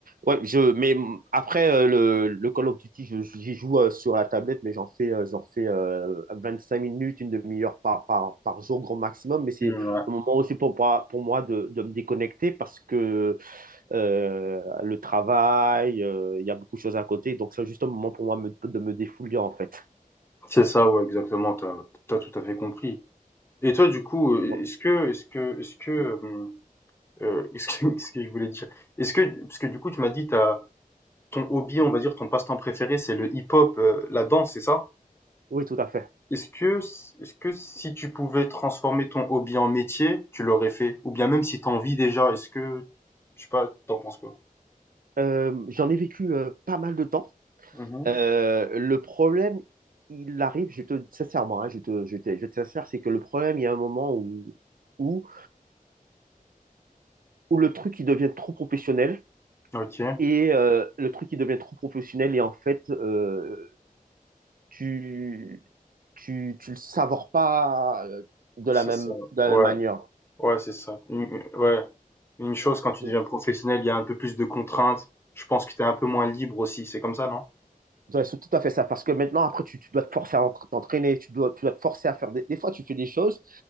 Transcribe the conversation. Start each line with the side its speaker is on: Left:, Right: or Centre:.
Right: Ouais, je mais mm, après euh, le, le Call of Duty, je- j'y joue euh, sur la tablette, mais j'en fais euh, j'en fais euh, cinq minutes, une demi-heure par, par par jour grand maximum. Mais c'est
Left: Mm, ouais.
Right: un moment aussi pour moi pour moi de, de me déconnecter parce que euh, le travail, euh, il y a beaucoup de choses à côté, donc c'est juste un moment pour moi me- de me défouler en fait.
Left: C'est ça, ouais, exactement, t'as, t'as tout à fait compris. Et toi, du coup, euh,
Right: Voilà.
Left: est-ce que, est-ce que, est-ce que, euh, euh, est-ce que, <laughs> ce que je voulais dire, est-ce que, parce que du coup, tu m'as dit, t'as, ton hobby, on va dire, ton passe-temps préféré, c'est le hip-hop, euh, la danse, c'est ça?
Right: Oui, tout à fait.
Left: Est-ce que est-ce que si tu pouvais transformer ton hobby en métier, tu l'aurais fait? Ou bien même si t'en vis déjà, est-ce que, je sais pas, t'en penses quoi?
Right: Euh, j'en ai vécu euh, pas mal de temps.
Left: Mhm.
Right: Euh, le problème, il arrive, je te sincèrement, hein, je te, je te, je te sincère, c'est que le problème, il y a un moment où, où, où le truc il devient trop professionnel
Left: Ok,
Right: et euh, le truc il devient trop professionnel et en fait euh, tu, tu, tu le savores pas euh, de
Left: c'est
Right: la même,
Left: ça.
Right: de
Left: Ouais,
Right: la même manière.
Left: ouais, c'est ça. Une, ouais, une chose quand tu
Right: De-
Left: deviens professionnel, il y a un peu plus de contraintes. Je pense que t'es un peu moins libre aussi. C'est comme ça, non?
Right: de- C'est tout à fait ça parce que maintenant après tu, tu dois te forcer à entra- t'entraîner, tu dois, tu dois te forcer à faire des, des fois tu fais des choses